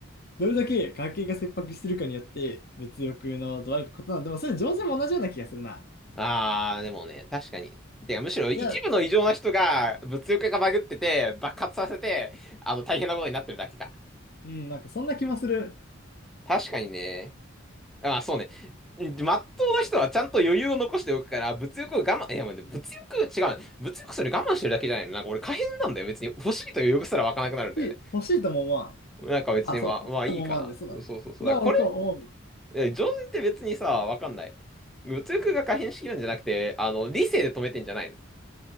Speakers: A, on the left (about 50°); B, in the centre.
A: どれだけ家計が切迫してるかによって、物欲の度合いが異なる。でもそれ上手も同じような気がするな。
B: あーでもね、確かに。てか、むしろ一部の異常な人が物欲がバグってて、
A: いや、
B: 爆発させて、あの、大変なことになってるだけか。
A: うん、なんかそんな気もする。
B: 確かにね。あ、そうね。まっとうな人はちゃんと余裕を残しておくから、物欲を我慢、いや、待って物欲、違うね。物欲それ我慢してるだけじゃないの。なんか俺可変なんだよ。別に欲しいという欲すら湧かなくなるんだよね。
A: し、欲しいとも思わん。
B: なんか別にまあ、
A: あ、そう、欲しいとも思わんで、
B: まあいいかな。
A: そうだね。
B: そうそうそう。
A: それは僕は思う。
B: だからこれ、え常人って別にさ、わかんない。物欲が可変しきるんじゃなくて、あの、理性で止めてんじゃないの。だ